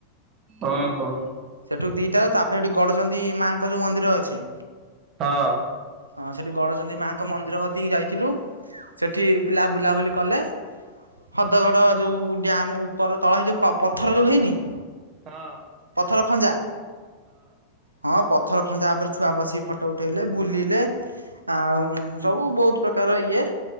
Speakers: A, on the right; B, on the right.
A: ଓହୋ।
B: ସେଠୁ ଦିଟାରେ ତାପରେ ସେଠି ଗଡଚଣ୍ଡି ମାଙ୍କ ଯୋଉ ମନ୍ଦିର ଅଛି।
A: ହଁ
B: ହଁ ସେଠି ଗଡଚଣ୍ଡି ମାଙ୍କ ମନ୍ଦିର ବତିକି ଯାଇଥିଲୁ। ସେଠି ପିଲା ବୁଲାବୁଲି କଲେ। ହଦଗଡ଼ ଯଉ ଡ୍ୟମ୍ ଉପର ତଳ ହେଇ ଯଉ ପଥର ଯଉ ହେଇନି।
A: ହଁ।
B: ପଥର ଖଞ୍ଜା। ହଁ ପଥର ଖଞ୍ଜା ଉପରେ ଛୁଆ ବସିକି ଫଟୋ ଉଠେଇଲେ ବୁଲିଲେ। ଆଉ ସବୁ ବହୁତ ପ୍ରକାର ଇଏ।